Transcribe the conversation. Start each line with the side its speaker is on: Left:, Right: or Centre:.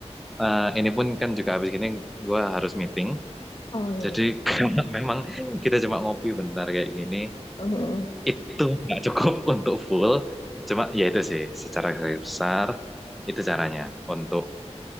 Centre: eh, ini pun kan juga habis gini gue harus meeting.
Left: Oh iya.
Centre: Jadi
Left: iya.
Centre: <laughs> kalau memang kita cuma ngopi bentar kayak gini,
Left: Mm-mm.
Centre: itu nggak cukup <laughs> untuk full. Cuma ya itu sih, secara garis besar itu caranya untuk